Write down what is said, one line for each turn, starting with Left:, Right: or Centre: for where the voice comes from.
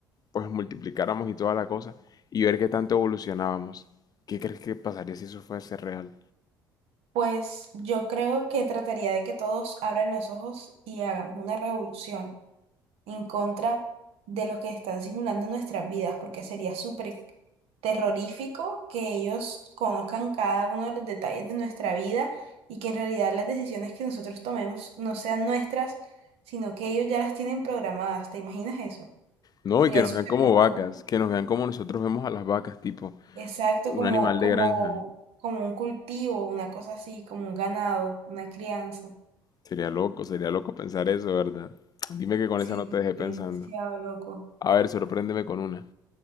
Left: pues multiplicáramos y toda la cosa y ver qué tanto evolucionábamos. ¿Qué crees que pasaría si eso fuese real?
Right: Pues yo creo que trataría de que todos abran los ojos y hagamos una revolución. en contra de los que están simulando nuestras vidas, porque sería súper terrorífico que ellos conozcan cada uno de los detalles de nuestra vida y que en realidad las decisiones que nosotros tomemos no sean nuestras, sino que ellos ya las tienen programadas. ¿Te imaginas eso?
Left: No,
Right: Sería
Left: y que nos
Right: súper
Left: vean como
Right: loco.
Left: vacas, que nos vean como nosotros vemos a las vacas, tipo
Right: Exacto,
Left: un
Right: como,
Left: animal
Right: como,
Left: de granja.
Right: como un cultivo, una cosa así, como un ganado, una crianza.
Left: Sería loco, sería loco pensar eso, ¿verdad? Dime que con
Right: Sí,
Left: esa no
Right: sería
Left: te dejé pensando.
Right: demasiado loco.
Left: A ver, sorpréndeme con una.